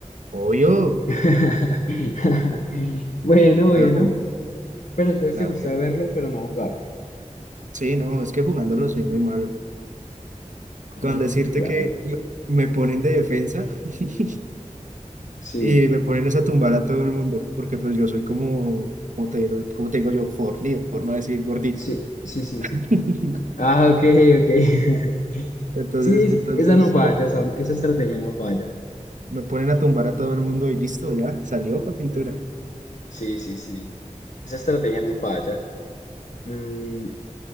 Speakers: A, on the right; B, on the left.
A: Obvio.
B: <laughs> Bueno, bueno,
A: Ah,
B: pero entonces
A: La
B: te gusta
A: regla.
B: verlo, pero no jugar.
A: Sí, no, es que jugándolo soy muy malo.
B: Mm,
A: Con decirte
B: claro,
A: que me me ponen de defensa <laughs>
B: sí,
A: y me ponen es a tumbar a todo el mundo, porque pues yo soy como, como te, digo- como te digo yo, fornido, por no decir gordito.
B: sí, sí, sí,
A: <laughs>
B: sí. Ah, ok, ok. <laughs>
A: Entonces,
B: Sí, es-
A: entonces
B: esa no falla,
A: me,
B: esa, esa estrategia no falla.
A: me ponen a tumbar a todo el mundo y listo, ya salió para pintura.
B: Sí, sí, sí, esa estrategia no falla. Mm,